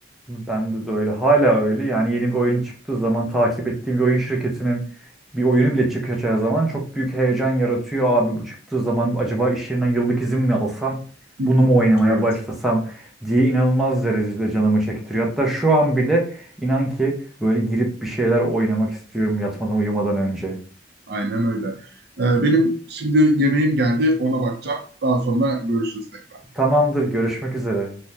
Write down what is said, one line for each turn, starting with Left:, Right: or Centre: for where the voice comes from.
Centre: Bende de öyle. Hala öyle. Yani yeni bir oyun çıktığı zaman takip ettiğim bir oyun şirketinin bir oyunu bile çıkacağı zaman çok büyük heyecan yaratıyor. Abi bu çıktığı zaman acaba iş yerinden yıllık izin mi alsam?
Right: <laughs>
Centre: Bunu mu oynamaya
Right: Evet,
Centre: başlasam diye inanılmaz derecede canımı çektiriyor. Hatta şu an bile inan ki böyle girip bir şeyler oynamak istiyorum yatmadan uyumadan önce.
Right: aynen öyle. Ee, benim şimdi yemeğim geldi, ona bakacağım. Daha sonra görüşürüz tekrar.
Centre: Tamamdır, görüşmek üzere.